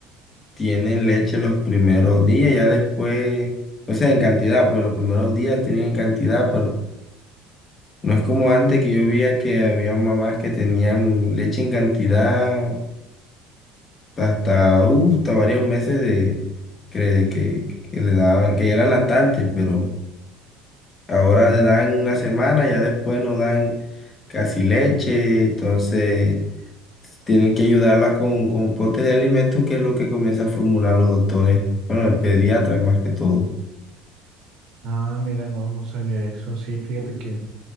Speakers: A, on the left; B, on the right.
A: tienen leche los primeros días, ya después, o sea, en cantidad, pues los primeros días tienen en cantidad, pero... No es como antes que yo veía que había mamás que tenían leche en cantidad hasta, uh, hasta varios meses de que, que, que le daban, que eran lactantes, pero ahora le dan una semana, ya después no dan casi leche, entonces tienen que ayudarla con, con potes de alimentos, que es lo que comienza a formular los doctores, bueno, el pediatra más que todo.
B: Ah, mira, no, no sabía eso. Sí, fíjate que,